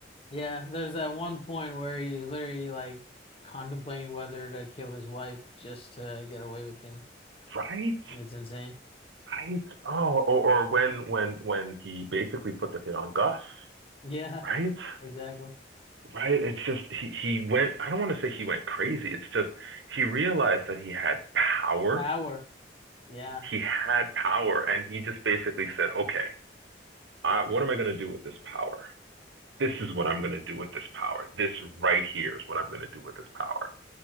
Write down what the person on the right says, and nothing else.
<laughs> right?
Right. Oh, or, or when when when he basically put the hit on Gus,
right?
Right? It's just he he went, I don't want to say he went crazy. It's just he realized that he had power.
He had power and he just basically said, "Okay, I, what am I going to do with this power? This is what I'm going to do with this power. This right here is what I'm going to do with this power."